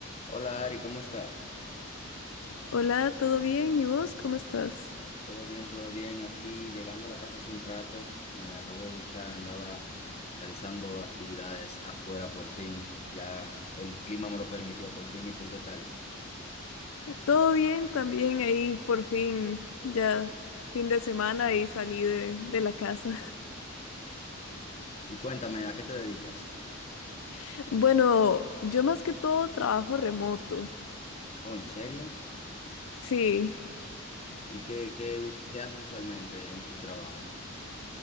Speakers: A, on the left (about 30°); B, on the left (about 75°).
A: Hola Ari, ¿cómo estás?
B: Hola, ¿todo bien? ¿Y vos cómo estás?
A: Todo bien, todo bien. Aquí llegando a la casa hace un rato, me acabo de duchar, andaba realizando actividades afuera por fin. Ya el clima me lo permitió por fin. ¿Y tú qué tal?
B: Todo bien, también ahí por fin, ya fin de semana y salí de, de la casa.
A: Y cuéntame, ¿a qué te dedicas?
B: <laughs> Bueno, yo más que todo trabajo remoto.
A: Oh, ¿en serio?
B: Sí,
A: ¿Y qué, qué, us- qué haces usualmente en tu trabajo?